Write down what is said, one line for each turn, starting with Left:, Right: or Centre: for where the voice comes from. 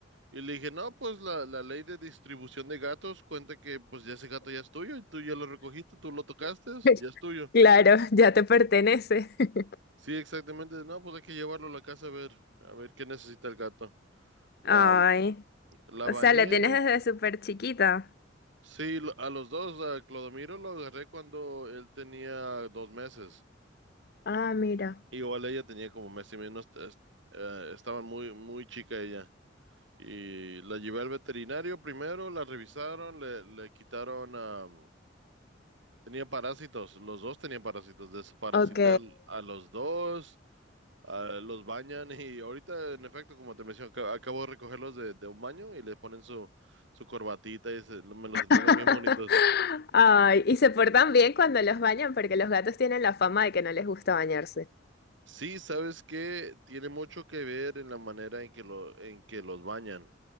Right: y le dije, no, pues la, la ley de distribución de gatos cuenta que pues ya ese gato ya es tuyo, y tú ya lo recogiste, tú lo tocaste,
Left: <laughs>
Right: ya es tuyo.
Left: Claro, ya te pertenece. <laughs>
Right: Sí, exactamente. No, pues hay que llevarlo a la casa a ver, a ver qué necesita el gato.
Left: Ay,
Right: La, la
Left: o
Right: bañé.
Left: sea, la tienes desde súper chiquita.
Right: Sí, lo- a los dos, a Clodomiro lo agarré cuando él tenía dos meses.
Left: Ah, mira.
Right: Igual ella tenía como mes y menos. est- eh, estaba muy, muy chica ella. Y la llevé al veterinario primero, la revisaron, le, le quitaron, am, tenía parásitos. Los dos tenían parásitos. Desparasité
Left: Ok.
Right: al- a los dos. ah, los bañan y ahorita, en efecto, como te menciono, aca- acabo de recogerlos de, de un baño y le ponen su, su corbatita y se- me los
Left: <laughs>
Right: entregan bien bonitos.
Left: Ay, y se portan bien cuando los bañan porque los gatos tienen la fama de que no les gusta bañarse.
Right: Sí, sabes que tiene mucho que ver en la manera en que, lo, en que los bañan.